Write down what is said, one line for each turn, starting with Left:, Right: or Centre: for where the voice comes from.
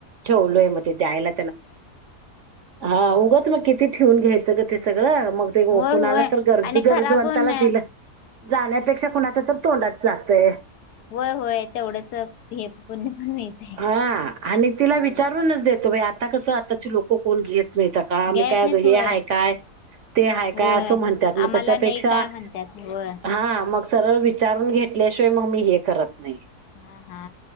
Right: ठेवलोय मग ते द्यायला. हा उग मग कि. ठेवून घ्यायचं ग ते सगळं मग ते
Left: होय
Right: कुणाला
Left: होय
Right: तर गरज
Left: आणि
Right: गरजवंताला
Left: खराब होऊन
Right: दिलं. जाण्यापेक्षा कुणाच्या तर तोंडात जातय....
Left: होय होय तेवढंच हे पुण्य पण मिळतय.
Right: हा आणि तिला
Left: होय
Right: विचारूनच देतो आ.... आता कसं..... आ लोक कोण घेत नाही का आम्ही
Left: घ्या येत
Right: काय
Left: नाहीत
Right: हे
Left: होय
Right: आहे काय ते आहे
Left: होय
Right: काय असं म्हणतात म....
Left: आम्हाला
Right: त्याच्यापेक्षा
Left: नाही काय म्हणत्यात होय
Right: हा मग.... सरळ विचारून घेतल्याशिवाय मग मी हे करत नाही....
Left: हा हा